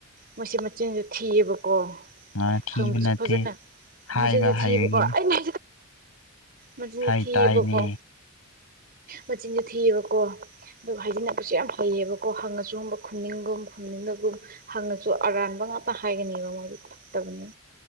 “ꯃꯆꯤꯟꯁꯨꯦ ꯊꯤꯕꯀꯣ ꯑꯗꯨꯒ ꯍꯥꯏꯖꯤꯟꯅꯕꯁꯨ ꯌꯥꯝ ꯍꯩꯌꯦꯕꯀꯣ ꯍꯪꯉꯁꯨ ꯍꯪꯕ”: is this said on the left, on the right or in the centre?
Right